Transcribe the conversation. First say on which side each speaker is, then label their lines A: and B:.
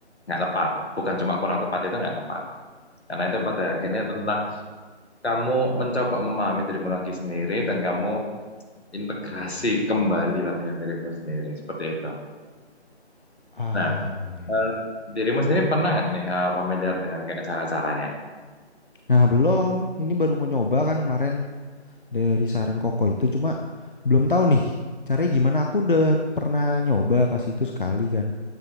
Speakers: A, on the left; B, on the left.
A: nggak tepat. Bukan cuma kurang tepat, itu nggak tepat. Karena itu pada akhirnya tentang kamu mencoba memahami dirimu lagi sendiri dan kamu integrasi kembali lah dengan dirimu sendiri. Seperti itu.
B: Ah,
A: Nah,
B: iya. iya.
A: eh, dirimu sendiri pernah nggak nih eh, familiar dengan kayak cara-caranya?
B: Nah, belum. Ini baru mau nyoba kan kemarin dari saran Koko itu cuma belum tahu nih caranya gimana. Aku udah pernah nyoba pas itu sekali kan.